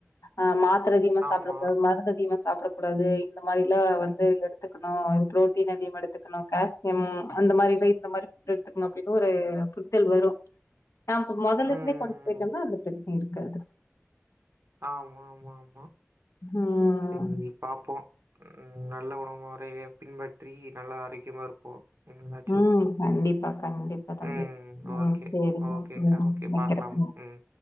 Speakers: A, on the left; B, on the right.
A: ஆ மாத்திர அதிகமா
B: ஆமா
A: சாப்ட கூடாது மருந்து அதிகமா சாப்ட கூடாது இந்த மாரிலா வந்து எடுத்துக்குணு புரோட்டீன் அதிகமா எடுத்துக்குணு கேஸ் ம் அந்த மாரி இல்ல இந்த மாரி எடுத்துக்குணு அப்டின்னு ஒரு புரிதல் வரும் நாம்போ மொதல்ல
B: ம்
A: இருந்தே
B: ம்
A: படிச்சு போயிட்டன்னா
B: ம்
A: அந்த பிரச்சன இருக்காது
B: ஆமாமாமா
A: ம்
B: சேரி பாப்போ ம் நல்ல உணவு முறைய பின்பற்றி நல்ல ஆரோக்கியமா இருப்போ இன்னாச்சு
A: ம். கண்டிப்பா, கண்டிப்பா தம்பி.
B: ம் ஓகே
A: ம். சரிங்க.
B: ஓகேங்கா
A: ம்.
B: ஓகே
A: வைக்கிறேன்.
B: பாக்லா ம் ம்